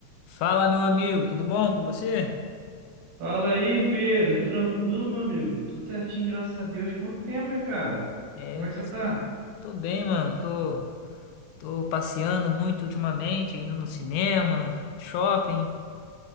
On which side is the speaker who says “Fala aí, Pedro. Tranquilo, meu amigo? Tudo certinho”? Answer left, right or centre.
Right